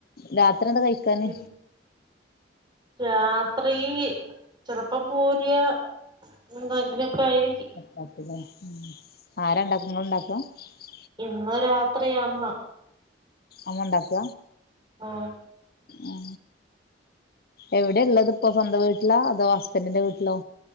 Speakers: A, on the left; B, on the right.
A: രാത് ത്രി എന്താ കയാക്കാന്
B: പിൻ രാത്രി ചെലപ്പം പൂരി എന്തങ്ങനെയൊക്കെ ആയിരിക്കും
A: ചപ്പാത്തി ലേ ആ രണ്ടാക്കും ങ്ങള ഉണ്ടാക്കും പ്പോ
B: ഇന്ന് രാത്രിയാ അമ്മ
A: അമ്മണ്ടാക്ക
B: ഓ
A: ഉ എവിടെ ഉള്ളത് ഇപ്പോ സ്വന്തം വീട്ടിലാ അതോ ഹസ്ബൻറിന്റെ വീട്ടിലോ